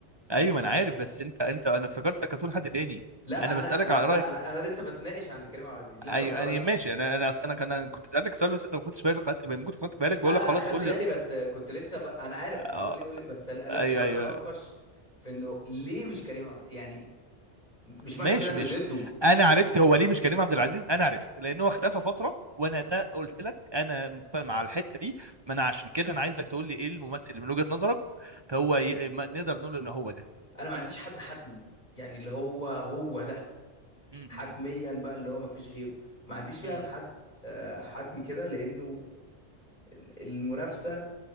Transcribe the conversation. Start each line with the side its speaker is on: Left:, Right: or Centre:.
Right: ايوه ما انا عارف بس انت انت انا افتكرتك هتقول حد تاني
Left: لا
Right: انا بسالك
Left: انا انا
Right: على
Left: لا
Right: رايك
Left: انا انا لسه بتناقش عند كريم عبد العزيز لسه
Right: ايوه
Left: ما خرجتش
Right: انا ماشي انا انا اصل انا كان أنا كنت سالتك سؤال بس انت ما خدتش بالك خدت ممكن خدت بالك
Left: لا
Right: بقول لك
Left: لا
Right: خلاص
Left: اخدت
Right: قول
Left: بالي
Right: لي
Left: بس كنت لسه ب... انا عارف
Right: آه،
Left: انت بتقولي قولي بس لا- لسه
Right: ايوه
Left: بتناقش
Right: ايوه
Left: في انه ليه مش كريم عبد- يعني مش معنى
Right: ماشي
Left: كده ان
Right: ماشي
Left: ضده
Right: انا عرفت هو ليه مش كريم عبد العزيز انا عرفت لان هو اختفى فتره وانا ده قلت لك انا مقتنع مع الحته دي ما انا عشان كده انا عايزك تقول لي ايه الممثل اللي من وجهه نظرك هو ي... ما نقدر نقول ان هو ده
Left: انا ما عنديش حد حتمي يعني اللي هو هو ده
Right: امم
Left: حتميا بقى اللي هو ما فيش غيره ما عنديش فعلا
Right: امم
Left: حد آه، حتمي كده لانه ال- المنافسة